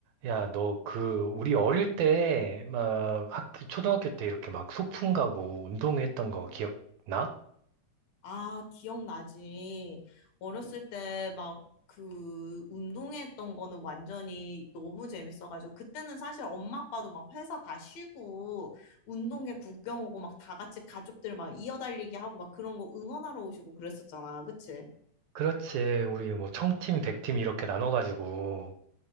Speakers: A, on the right (about 75°); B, on the left (about 65°).
A: 야, 너 그 우리 어릴 때 막 학기 초등학교 때 이렇게 막 소풍 가고 운동회 했던 거 기억나?
B: 아, 기억나지. 어렸을 때 막 그 운동했던 거는 완전히 너무 재밌어가지고 그때는 사실 엄마 아빠도 막 회사 다 쉬고 운동회 구경 오고 막 다 같이 가족들 막 이어달리기 하고 막 그런 거 응원하러 오시고 그랬었잖아. 그치?
A: 그렇지. 우리 뭐 청팀, 백팀 이렇게 나눠 가지고